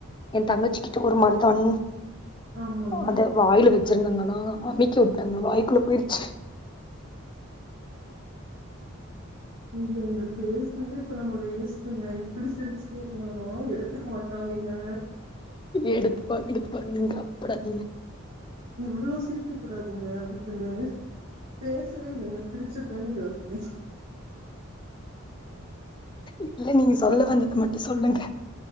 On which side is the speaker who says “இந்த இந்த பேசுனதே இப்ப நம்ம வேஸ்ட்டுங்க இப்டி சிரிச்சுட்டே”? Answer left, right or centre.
Right